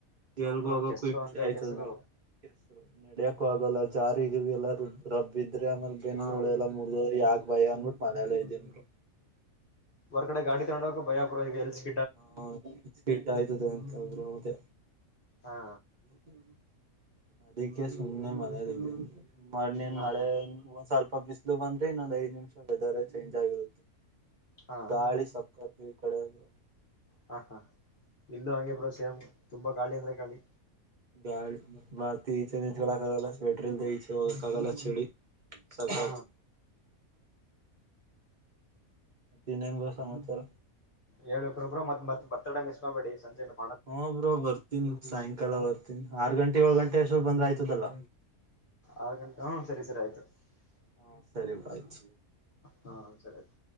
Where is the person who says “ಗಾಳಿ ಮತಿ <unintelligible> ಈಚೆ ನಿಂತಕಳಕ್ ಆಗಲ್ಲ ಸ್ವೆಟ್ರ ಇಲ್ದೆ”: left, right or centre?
Right